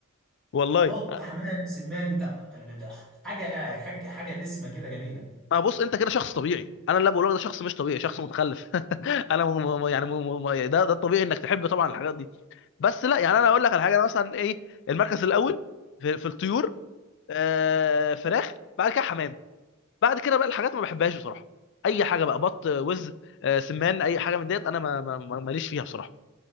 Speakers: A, on the left (about 55°); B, in the centre.
A: والله
B: بط حمام سمان ده ده- حاجه حاجه حاجه دسمه كده جميله
A: ما بص انت كده شخص طبيعي انا اللي بقوله لك ده شخص مش طبيعي شخص متخلف <laughs> انا م... م... يعني م... م... ده ده الطبيعي انك تحب طبعا الحاجات دي بس لا يعني انا اقول لك على حاجه انا مثلا ايه المركز الاول في, في الطيور آه... فراخ بعد كده حمام بعد كده بقى الحاجات ما بحبهاش بصراحه اي حاجه بقى بط وز آه... سمان اي حاجه من ديت انا ما... ما... ما- ماليش فيها بصراحه